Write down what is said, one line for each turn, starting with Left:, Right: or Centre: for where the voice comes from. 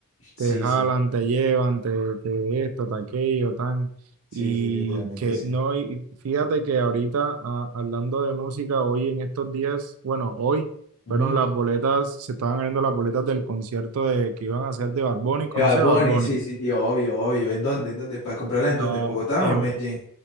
Left: Sí,
Right: Te jalan,
Left: sí,
Right: te llevan, te, te esto, te aquello, tan
Left: sí,
Right: Y
Left: sí, literalmente
Right: que
Left: sí.
Right: no, y fíjate que ahorita, a- hablando de música, hoy en estos días, bueno, hoy
Left: Ujú.
Right: fueron las boletas, se estaban abriendo las boletas del concierto de, que iban a hacer de Bad Bunny.
Left: De
Right: ¿Conoce
Left: Bad Bunny,
Right: a Bad Bunny?
Left: sí, sí, sí, obvio, obvio. ¿En dónde? ¿En dónde? ¿Para comprarlas
Right: No,
Left: en dónde? ¿En Bogotá
Right: en,
Left: o en Medellín?